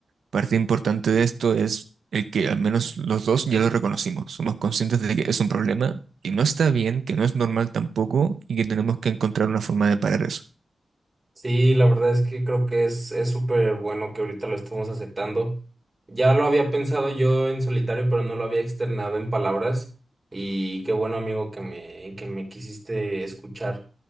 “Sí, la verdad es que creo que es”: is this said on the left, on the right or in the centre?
Right